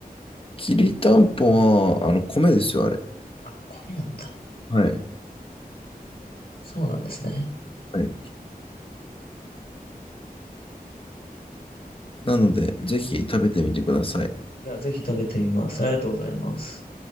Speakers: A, on the left; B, on the left.
A: きりたんぽは、あの、米ですよ、あれ。
B: あ、米なんだ。
A: はい。
B: そうなんですね。
A: はい。なので、ぜひ食べてみてください。
B: いや、ぜひ食べてみます。ありがとうございます。